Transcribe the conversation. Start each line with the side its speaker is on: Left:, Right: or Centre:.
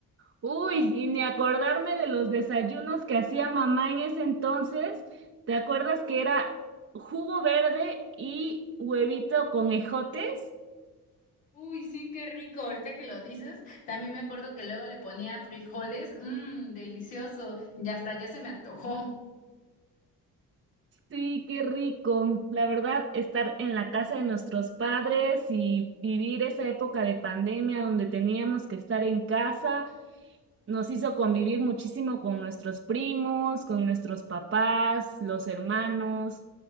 Right: Uy, y ni acordarme de los desayunos que hacía mamá en ese entonces. ¿Te acuerdas que era jugo verde y huevito con ejotes?
Left: Uy, sí, qué rico. Ahorita que lo dices, también me acuerdo que luego le ponía frijoles, mmm, delicioso. Ya hasta ya se me antojó.
Right: Sí, qué rico. La verdad, estar en la casa de nuestros padres y vivir esa época de pandemia donde teníamos que estar en casa, nos hizo convivir muchísimo con nuestros primos, con nuestros papás, los hermanos,